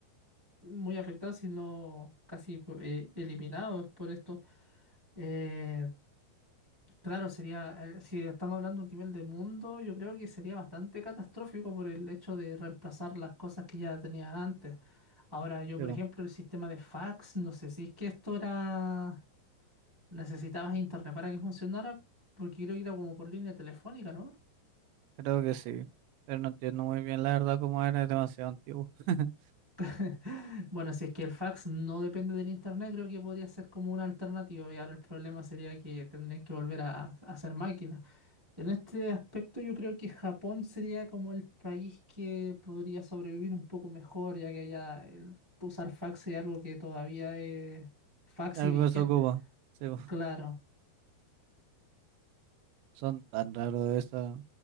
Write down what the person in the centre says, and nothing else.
muy afectados, si no casi pu- eh, eliminados por esto. Eh, claro, sería, eh, si estamos hablando de un nivel de mundo, yo creo que sería bastante catastrófico por el hecho de reemplazar las cosas que ya tenía antes. Ahora, yo,
por
ejemplo, el sistema de fax, no sé si es que esto era... Necesitabas internet para que funcionara, porque creo que era como por línea telefónica, ¿no?
<laughs> Bueno, si es que el fax no depende del internet, creo que podría ser como una alternativa. Y ahora el problema sería que tendrían que volver a, a hacer máquinas. En este aspecto, yo creo que Japón sería como el país que podría sobrevivir un poco mejor, ya que allá el usar fax sería algo que todavía es fax
y disquete.
Claro.